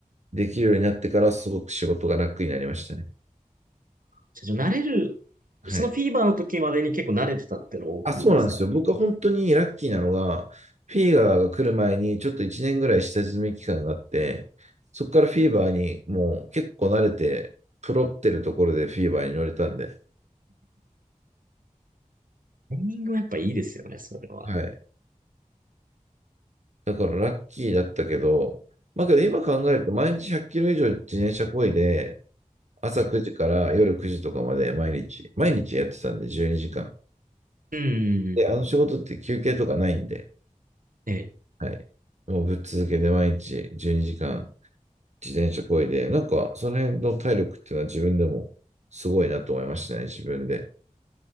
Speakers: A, on the right (about 55°); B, on the right (about 85°).
A: できるようになってからすごく仕事が楽になりましたね。
B: じゃあ慣れる、
A: はい。
B: そのフィーバーの時までに結構慣れてたっていうのが大きいんですか
A: あ、そうなんですよ。僕は本当にラッキーなのが、フィーバーが来る前にちょっと1年ぐらい下積み期間があって、そこからフィーバーにもう結構慣れて、プロってるところでフィーバーに乗れたんで、
B: タイミングもやっぱいいですよね、それは。
A: はい。だからラッキーだったけど、まあけど今考えると毎日100キロ以上自転車漕いで、朝9時から夜9時とかまで毎日、
B: ね
A: 毎日やってたんで12時間。
B: うんうんうん。
A: で、あの仕事って休憩とかないんで、
B: ええ。
A: はい。もうぶっ続けて毎日12時間自転車こいで、なんかその辺の体力っていうのは自分でもすごいなと思いましたね、自分で。